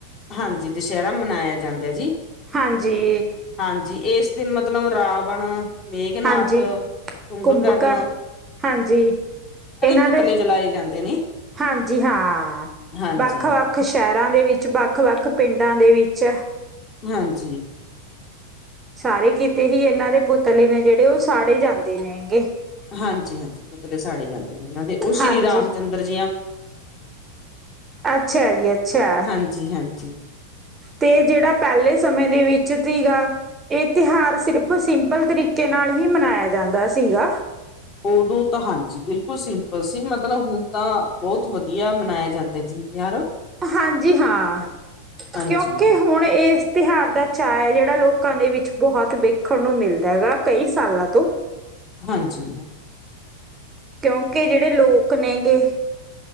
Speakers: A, on the left (about 30°); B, on the right (about 20°).
A: ਹਾਂਜੀ, ਦੁਸ਼ਹਿਰਾ ਮਨਾਇਆ ਜਾਦਾ ਜੀ।
B: ਹਾਂਜੀ,
A: ਹਾਂਜੀ, ਇਸ ਦਿਨ ਮਤਲਬ ਰਾਵਣ, ਮੇਘਨਾਥ,
B: ਹਾਂਜੀ
A: ਕੁੰਭਕਰਨ
B: ਕੁੰਭਕਾ ਹਾਂਜੀ, ਇਹਨਾਂ
A: ਪੁਤਲੇ
B: ਦੇ,
A: ਜਲਾਏ ਜਾਂਦੇ ਨੇ
B: ਹਾਂਜੀ ਹਾਂ,
A: ਹਾਂਜੀ
B: ਬਾਕ ਵੱਖ-ਵੱਖ ਸ਼ਹਿਰਾਂ ਦੇ ਵਿਚ ਵੱਖ-ਵੱਖ ਪਿੰਡਾਂ ਦੇ ਵਿਚ
A: ਹਾਂਜੀ।
B: ਸਾਰੇ ਕਿਤੇ ਹੀ ਇਹਨਾ ਦੇ ਪੁਤਲੇ ਨੇ ਜਿਹੜੇ, ਉਹ ਸਾੜੇ ਜਾਂਦੇ ਨੇ ਐਗੇ।
A: ਹਾਂਜੀ-ਹਾਂਜੀ, ਪੁਤਲੇ ਸਾੜੇ ਜਾਦੇ ਨੇ, ਉਹਨਾ ਦੇ। ਉਹ ਸ਼੍ਰੀ
B: ਹਾਂਜੀ।
A: ਰਾਮ ਚੰਦਰ <unintelligible>
B: ਅਛਾ ਜੀ ਅਛਾ।
A: ਹਾਂਜੀ ਹਾਂਜੀ
B: ਤੇ ਜਿਹੜਾ ਪਹਿਲੇ ਸਮੇਂ ਦੇ ਵਿਚ ਸੀਗਾ ਇਹ ਤਿਉਹਾਰ ਸਿਰਫ ਸਿੰਪਲ ਤਰੀਕੇ ਨਾਲ ਹੀ ਮਨਾਇਆ ਜਾਦਾ ਸੀਗਾ।
A: ਉਦੋ ਤਾਂ ਹਾਂਜੀ ਬਿਲਕੁਲ ਸਿੰਪਲ ਸੀ। ਮਤਲਬ, ਹੁਣ ਤਾਂ ਬਹੁਤ ਵਧੀਆ ਮਨਾਇਆ ਜਾਦਾ ਜੀ ਇਹ ਤਿਉਹਾਰ
B: ਹਾਂਜੀ, ਹਾਂ। ਕਿਉਕਿ
A: ਹਾਂਜੀ
B: ਹੁਣ ਇਸ ਤਿਉਹਾਰ ਦਾ ਚਾਅ ਹੈ। ਜਿਹੜਾ ਲੋਕਾਂ ਦੇ ਵਿਚ ਬਹੁਤ ਵੇਖਣ ਨੂੰ ਮਿਲਦਾ ਹੈਗਾ। ਕਈ ਸਾਲਾ ਤੋ
A: ਹਾਂਜੀ।
B: ਕਿਉਕਿ ਜਿਹੜੇ ਲੋਕ ਨੇਗੇ,